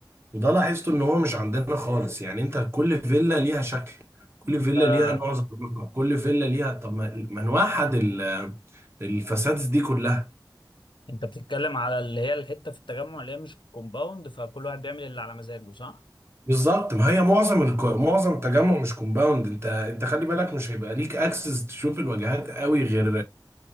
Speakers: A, on the right (about 30°); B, on the left (about 75°).
A: وده لاحظته ان هو مش عندنا خالص يعني انت كل فيلا ليها شكل كل فيلا
B: يعني
A: ليها نوع زخرفة كل فيلا ليها طب ما ما نوحد ال- الفسادس دي كلها
B: انت بتتكلم على اللي هي الحته في التجمع اللي هي مش كومباوند فكل واحد بيعمل اللي على مزاجه صح؟
A: بالظبط ما هي معظم الك... معظم التجمع مش كومباوند انت انت خلي بالك مش هيبقى ليك اكسس تشوف الواجهات قوي غير